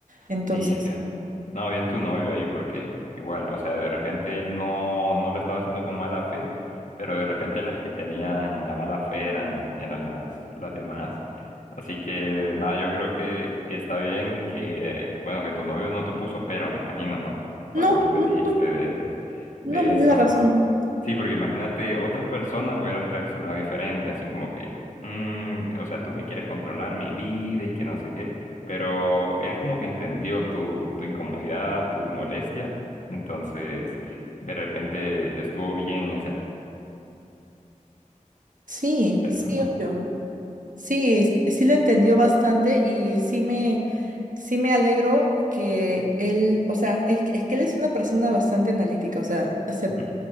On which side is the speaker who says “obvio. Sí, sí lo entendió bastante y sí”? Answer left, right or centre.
Right